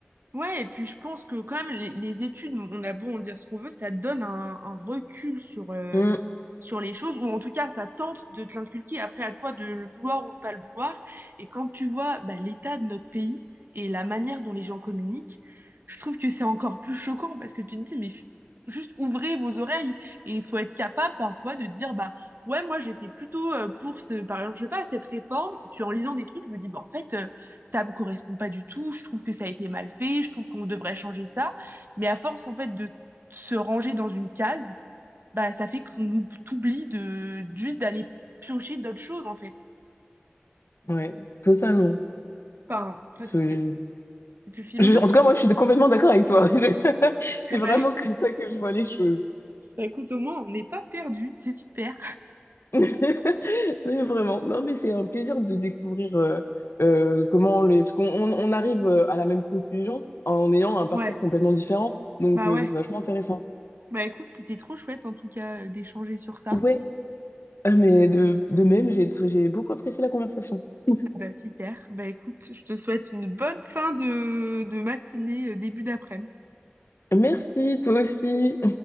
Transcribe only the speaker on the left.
Mm,
ouais, totalement.
Je-
je- en tout cas, moi, je suis complètement d'accord avec toi. <laughs> Je-
C'est vraiment
comme ça que je vois les choses.
<laughs> Mais Vraiment. Non, mais c'est un plaisir de découvrir euh, euh, comment les... Parce qu'on on- on arrive euh, à la même conclusion en ayant un parcours
complètement différent. Donc,
euh,
c'est vachement intéressant.
Ouais. Ah, mais de, de même, j'ai j'ai beaucoup apprécié la conversation. <laughs>
Merci, toi aussi.